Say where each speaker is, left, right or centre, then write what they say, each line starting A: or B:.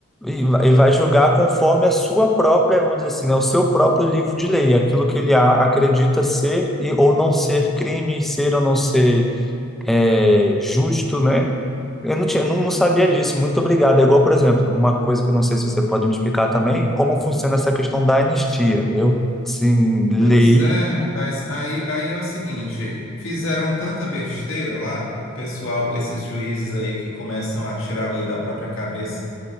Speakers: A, in the centre; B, on the left (about 75°).
A: e vai e vai julgar conforme a sua própria, vamos dizer assim, né, o seu próprio livro de lei, aquilo que ele a- acredita ser e, ou não ser crime, ser ou não ser é, justo, né? Eu não tinha, não, não sabia disso. Muito obrigado. É igual, por exemplo, uma coisa que eu não sei se você pode me explicar também, como funciona essa questão da anistia. Eu, sim, leio.
B: Pois é, rapaz. Aí, aí é o seguinte, fizeram tanta besteira lá, o pessoal, esses juízes aí que começam a tirar a lei da própria cabeça,